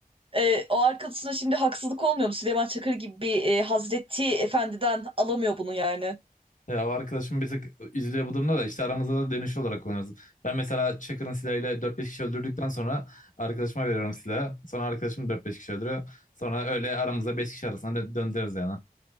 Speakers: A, on the right; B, on the left.
A: E, o arkadaşına şimdi haksızlık olmuyor mu? Süleyman Çakır gibi bir e, Hazreti Efendi'den alamıyor bunu yani.
B: Ya o arkadaşım bir tık üzülüyor bu durumda da işte aramızda da dönüşlü olarak kullanırız. Ben mesela Çakır'ın silahıyla 4-5 kişi öldürdükten sonra arkadaşıma veriyorum silahı. Sonra arkadaşım 4-5 kişi öldürüyor. Sonra öyle aramızda 5 kişi arasında dö- döndürüyoruz yani.